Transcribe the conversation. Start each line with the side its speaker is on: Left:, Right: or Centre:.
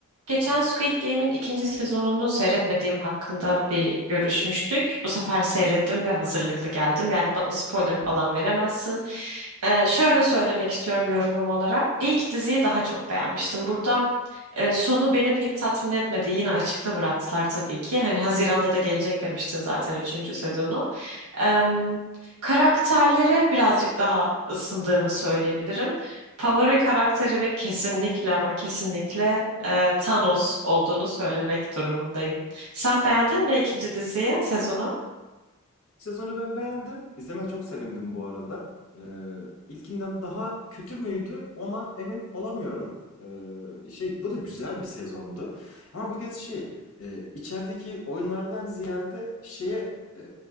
Right: Geçen Squid Game'in ikinci sezonunu seyretmediğim hakkında bir görüşmüştük. Bu sefer seyrettim ve hazırlıklı geldim. Yani bana spoiler falan veremezsin. Ee, şöyle söylemek istiyorum yorumum olarak. İlk diziyi daha çok beğenmiştim. Burada e, sonu beni pek tatmin etmedi. Yine açıkta bıraktılar tabii ki. Hani Haziran'da da gelecek demiştin zaten üçüncü sezonu. Ee, karakterlere birazcık daha ısındığımı söyleyebilirim. Favori karakterimi kesinlikle ama kesinlikle e, Thanos olduğunu söylemek durumundayım. Sen beğendin mi ikinci diziyi, sezonu?
Left: Sezonu ben beğendim. İzleme çok sevindim bu arada. Ee, ilkinden daha kötü müydü ona emin olamıyorum. Ee, şey bu da güzel bir sezondu. Ama bu kez şey e, içerideki oyunlardan ziyade şeye e,